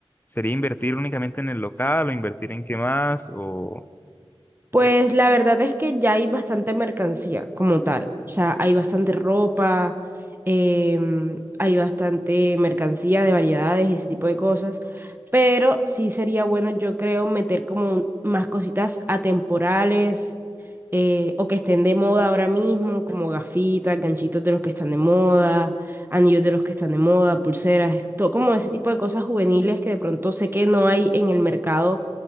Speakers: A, on the left; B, on the right.
A: ¿sería invertir únicamente en el local o invertir en qué más? ¿O
B: Pues
A: qué?
B: la verdad es que ya hay bastante mercancía como tal. O sea, hay bastante ropa, em, hay bastante mercancía de variedades y ese tipo de cosas. Pero sí sería bueno, yo creo, meter como un- más cositas atemporales eh, o que estén de moda ahora mismo, como gafitas, ganchitos de los que están de moda, anillos de los que están de moda, pulseras, todo como ese tipo de cosas juveniles que de pronto sé que no hay en el mercado